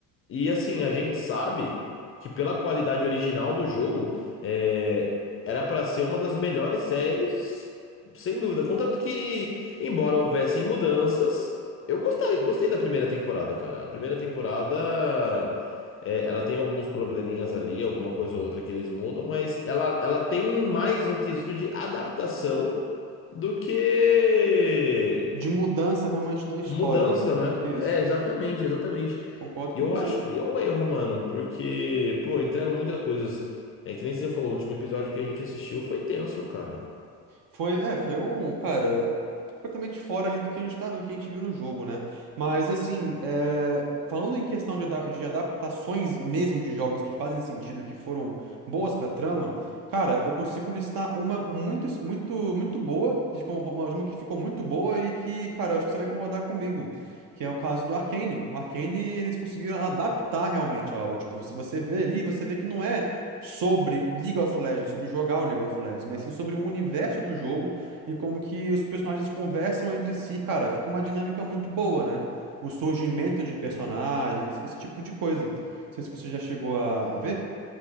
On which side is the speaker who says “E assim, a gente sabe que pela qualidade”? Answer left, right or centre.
Left